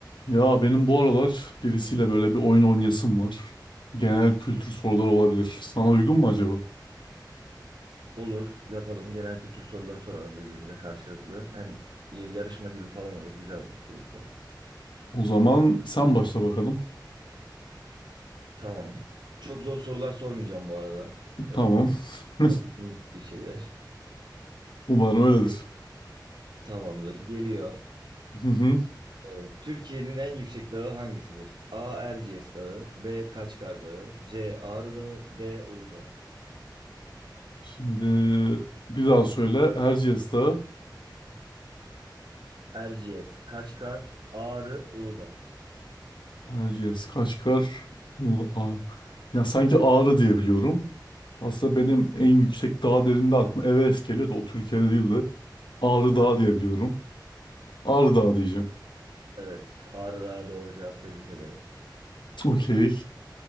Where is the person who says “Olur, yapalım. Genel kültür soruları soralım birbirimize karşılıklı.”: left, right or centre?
Right